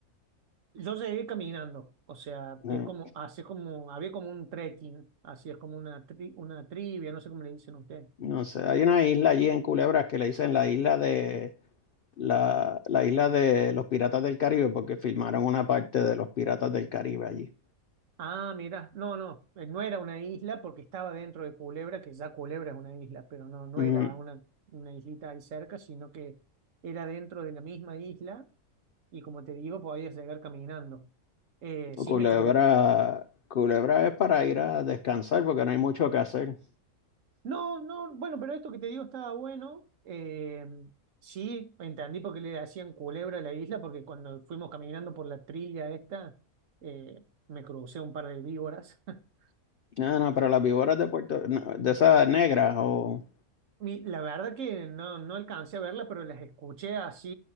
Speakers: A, on the right; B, on the left.
A: Yo llegué caminando, o sea,
B: eh,
A: es como, así es como, había como un trekking, así es como una, tri- una trivia, no sé cómo le dicen ustedes.
B: No sé, hay una isla allí en Culebras que le dicen la isla de la, la isla de los Piratas del Caribe porque filmaron una parte de los Piratas del Caribe allí.
A: Ah, mira, no, no, eh, no era una isla porque estaba dentro de Culebra, que ya Culebra es una isla, pero no, no
B: Ujú.
A: era una, una islita ahí cerca, sino que era dentro de la misma isla y como te digo, podías llegar caminando. Eh, sí
B: Culebra,
A: me cru-
B: Culebra es para ir a descansar porque no hay mucho que hacer.
A: No, no, bueno, pero esto que te digo estaba bueno. Eh, sí, entendí por qué le hacían culebra a la isla, porque cuando fuimos caminando por la trilla esta, eh, me crucé un par de víboras. <laughs>
B: No,
A: Ah,
B: no, pero las víboras de Puerto, no, de esas negras o
A: Mi- La verdad que no, no alcancé a verla, pero las escuché así